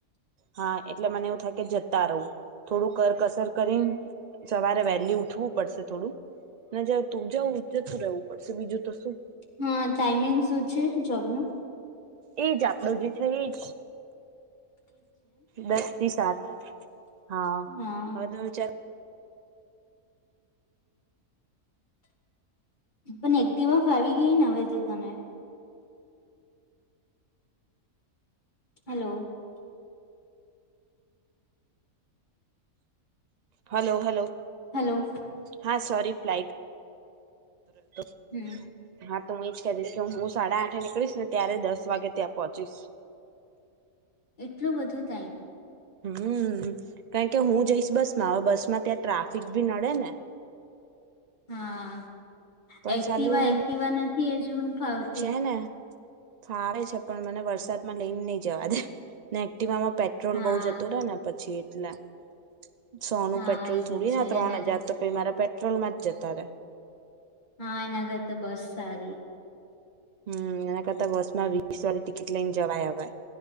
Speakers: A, on the right; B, on the left.
A: હા એટલે મને એવું થાય કે જતા રહો થોડું કરકસર કરી સવારે વહેલી ઉઠવું પડશે થોડું ના જાવ તું જવું જતું રહેવું પડશે બીજું તો શું
B: હા ટાઈમિંગ શું છે જોબ નું
A: એજ આપડો જે છે એજ દસ થી સાત હા
B: હા
A: હવે તો મે વિચાર
B: પણ એક્ટિવા ફાવી ગઈ ને હવે તો તને હેલો
A: હલો હલો
B: હલો
A: હા સોરી પ્લાઇટ <unintelligible>
B: હમ
A: હા તો હું એ જ કહી દઈશ કે હું સાડા આઠે નીકળીશ ને ત્યારે દસ વાગે ત્યાં પહોંચીશ
B: એટલું બધું ટાઈમ
A: હમ કારણ કે હું જઈશ બસ માં હવે બસ માં ત્યાં ટ્રાફિક ભી નડે ને
B: હા
A: પણ
B: એક્ટિવા
A: સાલું
B: એક્ટિવા ફાવતી
A: છે ને ફાવે છે પણ મને વરસાદમાં લઈને નહી જવા દે ને એક્ટિવા માં પેડ પેટ્રોલ
B: હા
A: બહુ જતો રહે ને પછી એટલા સોનું
B: હા
A: પેટ્રોલ
B: એ બી
A: થોડી
B: છે
A: ના ત્રણ
B: એના
A: હજાર તો પછ મારા પેટ્રોલમાં જતા રહેે
B: હા એના કરતાં બસ સારી
A: હમ એના કરતા બસ માં વીસ વાળી ટિકિટ લઈને જવાય હવે